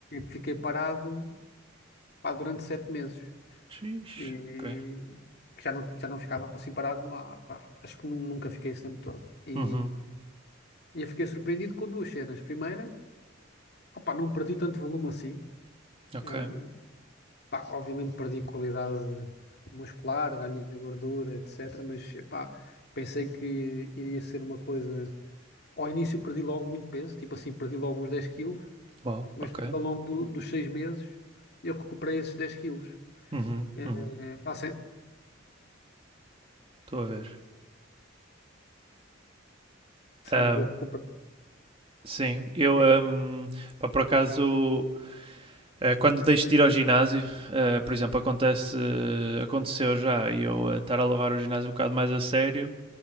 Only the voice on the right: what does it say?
Xis.
Ok.
Uhum.
Ok.
Uau.
Ok.
Uhum.
Uhum.
Estou a ver. Ahm,
sim, eu, ahm, pá, por acaso, Eh, Quando deixo de ir ao ginásio, eh, por exemplo, acontece, uh, aconteceu já eu eh, estar a levar o ginásio um bocado mais a sério